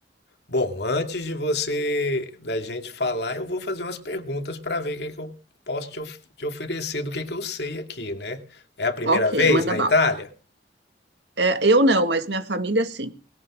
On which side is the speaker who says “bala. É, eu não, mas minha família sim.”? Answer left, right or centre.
Right